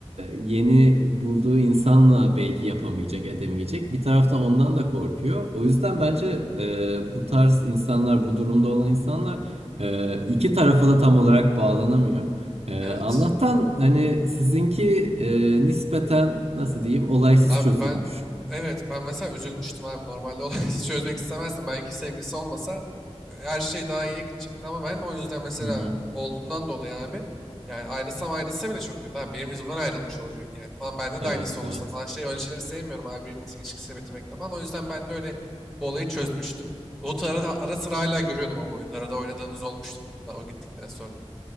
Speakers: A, on the right; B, in the centre.
A: yeni bulduğu insanla belki yapamayacak, edemeyecek. Bir taraftan ondan da korkuyor. O yüzden bence e, bu tarz insanlar, bu durumda olan insanlar e, iki tarafa da tam olarak bağlanamıyor. E,
B: Evet.
A: Allah'tan hani sizinki e, nispeten nasıl diyeyim olaysız
B: Abi
A: çözülmüş.
B: ben evet ben mesela üzülmüştüm abi normalde olayı <laughs> çözmek istemezdim. Belki sevgilisi olmasa e, her şey daha iyiye gidecekti ama ben o yüzden mesela
A: Hı hı.
B: olduğundan dolayı abi yani ayrılsam ayrılsa bile çok kötü abi benim yüzümden ayrılmış olacak yani falan bende
A: Evet,
B: de aynısı olursa
A: evet.
B: falan şey öyle şeyleri sevmiyorum abi birinin ilişkisini bitirmekten falan o yüzden ben de öyle bu olayı çözmüştüm. Umut'u ara, ara sıra hala görüyordum ama oyunda arada oynadığımız olmuştu Wood'la, o gittikten sonra.